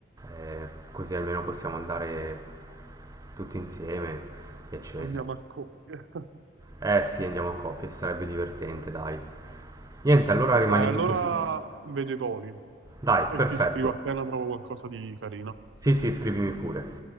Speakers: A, on the right; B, on the right.
A: Eh, così almeno possiamo andare tutti insieme, eccetera.
B: andiamo a cogliere. <laughs>
A: Eh sì, andiamo a coppie, sarebbe divertente, dai. Niente, allora rimaniamo
B: Dai, allora
A: così.
B: vedo i voli
A: Dai,
B: e
A: perfetto.
B: ti scrivo appena trovo qualcosa di carino.
A: Sì, sì, scrivimi pure.